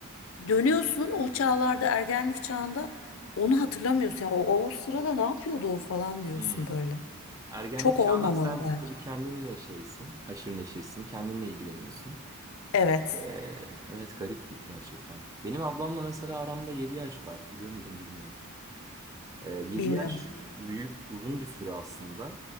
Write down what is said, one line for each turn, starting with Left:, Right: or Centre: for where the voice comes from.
Left: Dönüyorsun o çağlarda ergenlik çağında onu hatırlamıyorsun. ya o, o sırada ne yapıyordu o falan diyorsun
Right: Hmm.
Left: böyle.
Right: Ergenlik
Left: Çok
Right: çağında
Left: olmamalı
Right: sen
Left: bence.
Right: tabii kendinle şeysin, haşır neşirsin, kendinle ilgileniyorsun.
Left: Evet.
Right: E, evet garip gerçekten. Benim ablamla mesela aramda 7 yaş var. Biliyor muydun? bilmiyorum. E, 7
Left: Bilmiyordum.
Right: yaş büyük, uzun bir süre aslında.